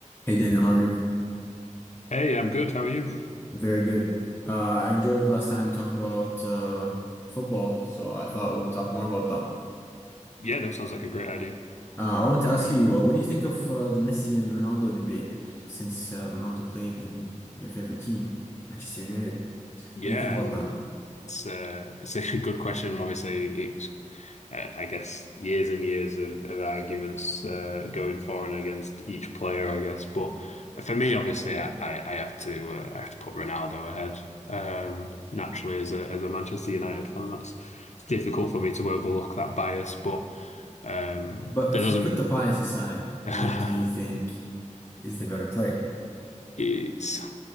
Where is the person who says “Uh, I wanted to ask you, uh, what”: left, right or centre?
Left